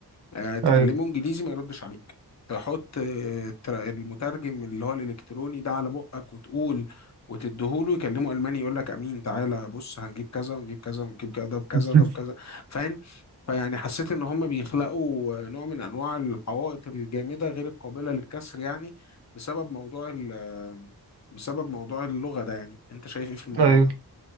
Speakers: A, on the left; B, on the right.
A: آه، تكلمه
B: أيوه
A: انجليزي ما يردش عليك تحط آه، التر- المترجم اللي هو الالكتروني ده على بقك وتقول وتديهوله يكلمه الماني يقول لك امين تعالى بص هنجيب كذا ونجيب كذا ونجيب كذا ده بكذا
B: <laughs>
A: ده بكذا فاهم فيعني حسيت ان هم بيخلقوا آه، نوع من انواع الحوائط الجامده غير القابله للكسر يعني بسبب موضوع ال- آه، بسبب موضوع اللغه ده يعني انت شايف ايه في الموضوع
B: أيوه
A: ده